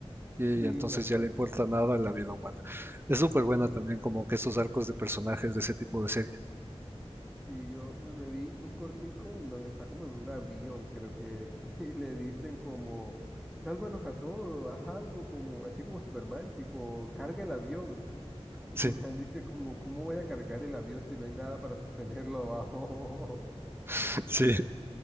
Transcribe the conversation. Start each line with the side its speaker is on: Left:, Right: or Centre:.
Right: y
Centre: Sí,
Right: entonces
Centre: tal
Right: ya
Centre: cual.
Right: le importa nada la vida humana. Es súper buena también como que esos arcos de personajes de ese tipo de serie.
Centre: Sí, yo me me vi un cortico en donde está como en un avión, creo que es, <laughs> y le dicen como, sálvanos a todos, haz algo como, así como Superman, tipo, carga el avión. Y
Right: Sí,
Centre: el man dice como, ¿cómo voy a cargar el avión si no hay nada para sostenerlo abajo?
Right: <laughs> sí.